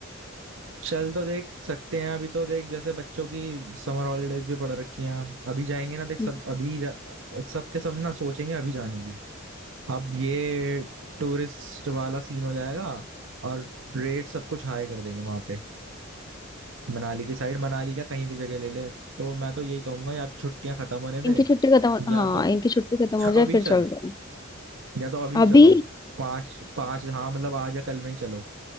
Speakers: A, on the right; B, on the left.
A: चल तो देख सकते हैं अभी तो देख जैसे बच्चों की समर हॉलीडेज भी पड़ रखी हैं अभी जाएंगे ना देख सब
B: हम्म।
A: अभी जा, सब के सब ना सोचेंगे अभी जाने की अब ये टूरिस्ट वाला सीन हो जाएगा और रेट सब कुछ हाई कर देंगे वहां पे मनाली की साइड मनाली क्या कहीं भी जगह ले ले तो मैं तो यही कहूंगा या तो छुट्टियां खत्म होने
B: इनकी
A: दे
B: छुट्टी खत्म हो-
A: या
B: हाँ
A: तो
B: इनकी छुट्टी खत्म
A: <clears throat>
B: हो
A: अभी
B: जाए
A: चल
B: फिर चल रहे हैं
A: या तो अभी चलो
B: अभी
A: पाँच पाँच हाँ मतलब आज या कल में ही चलो